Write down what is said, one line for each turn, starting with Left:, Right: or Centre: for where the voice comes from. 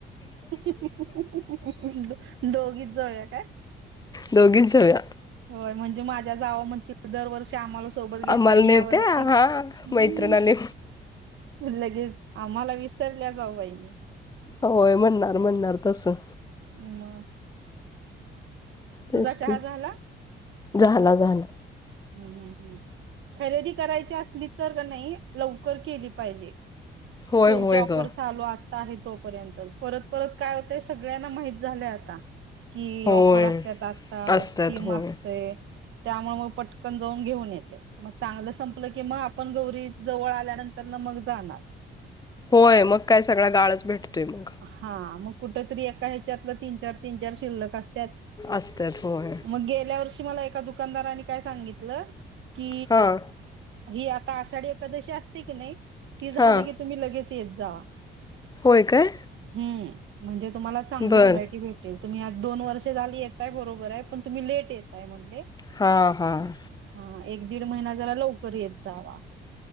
Right: <unintelligible> दोघीच जाऊया काय?
Left: दोघींच जाऊया.
Right: होय म्हणजे माझ्या जावा म्हणतील दरवर षी आमाला सोबत घेताय
Left: आम्हाला
Right: आणि
Left: नेते
Right: ह्या वर्षी
Left: हा
Right: हूं....
Left: मैत्रिणाले
Right: लगेच आम्हांला विसरल्या जाऊबाई.
Left: होय म्हणणार, म्हणणार तसं.
Right: मग
Left: तेच
Right: तुझा चहा
Left: की,
Right: झाला
Left: झाला झाला.
Right: हूं.. हूं.. हूं... खरेदी करायची असली तर का नई लवकर केली पाहिजे.
Left: होय
Right: सेल
Left: होय
Right: ऑफर
Left: ग
Right: चालू आत आहे तोपर्यंत परत- परत काय होतंय, सगळ्यांना माहित झालंय आता. कि
Left: होय
Right: ऑफर असत्यात आत्ता,
Left: असतात
Right: स्कीम
Left: होय
Right: असतंय त्यामुळं मग पट कन जावून घेऊन येतय मग चांगलं संपलं की, मग आपण गौरी जवळ आल्यानंतरनं मग जाणार.
Left: होय मग काय सगळा गाळच भेटतोय मग.
Right: हा मग कुठं तरी एका ह्याच्यातलं तीन-चार तीन-चार शिल्लक असत्यात,
Left: असतात होय
Right: मग गेल्या वर्षी मला एका दुकानदारानी काय सांगित लं की
Left: हां
Right: ही आता आषाढी एखादशी असते की नाही, ती झाली
Left: हां
Right: की, तुम्ही लगेच येत जावा.
Left: होय काय
Right: हम् म्हणजे तुम्हाला चांगली
Left: बर
Right: व्हरायटी भेट ल, तुम्ही आज दोन वर्ष झाली येताय बरोबर आहे पण तुम्ही लेट यताय म्हंणले
Left: हां- हां,
Right: हा एक दीड महिना जरा लवकर येत जावा.